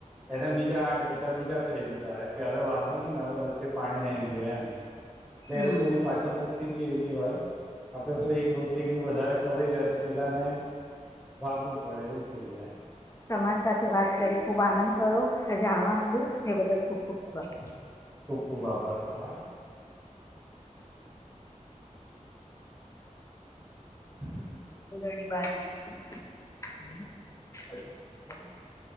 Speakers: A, in the centre; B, on the left.
A: એના બીજા આઠ રોટલા બીજા કઈ લીધા દીધા કે હવે વાંધો નહી ને હવે વચ્ચે પાણી આવી ગયું એમ એટલે
B: હમ
A: એ લોકોની પાચન શક્તિ બી એવી હોય આપડે તો એક રોટલી બી વધારે ખવાઈ જાય તો પેલાને ભાગવું પડે એવું થઇ જાય
B: તમારી સાથે વાત કરી ખુબ આનંદ થયો જાણવા મળ્યું તે બદલ ખુબ ખુબ આભાર
A: ખુબ <unintelligible> <inaudible>
B: <unintelligible>